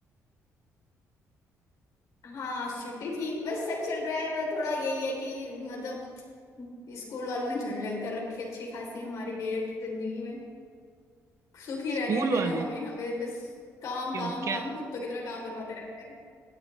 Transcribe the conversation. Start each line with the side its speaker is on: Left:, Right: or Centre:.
Left: हाँ छुट्टी थी बस सब चल रहा है वह थोड़ा यही है कि मतलब स्कूल वालों ने झंड लग कर रखी है अच्छी खासी हमारे लिए कि जिंदगी में सुखी रहने
Right: स्कूल
Left: नहीं देना
Right: वाले
Left: हमें हमें बस काम
Right: क्यों
Left: काम
Right: क्या
Left: काम कुत्तों की तरह काम करवाते रहते हैं